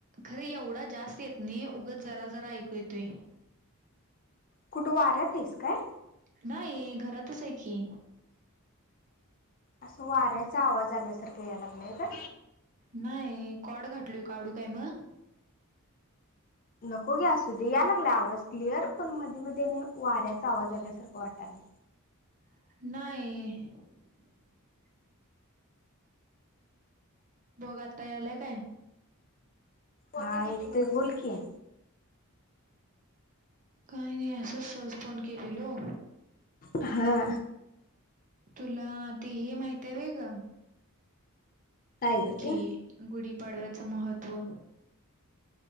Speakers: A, on the right; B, on the left.
A: खरे एवढा जास्त येत नाही उगं जरा जरा ऐकू येतोय
B: कुठे वाऱ्यात आहेस काय.
A: नाही घरातच आहे की.
B: असं वाऱ्याचा आवाज आल्यासारखं यायलाग ग
A: नाही कॉड घातल काढू काय मग.
B: नको घ्या असु दे या लागला आवाज. क्लिअर पण मध्ये मध्ये वाऱ्याचा आवाज आल्यासारखं वाटालाय.
A: नाही. बघ आता यालाय काय.
B: हाय तु बोल कि.
A: काय नाही अस सहज फोन केलेलो.
B: हा
A: तुला ते हे माहित आहे वे ग.
B: काय ग
A: कि
B: ते
A: गुढीपाडव्याचं महत्त्व.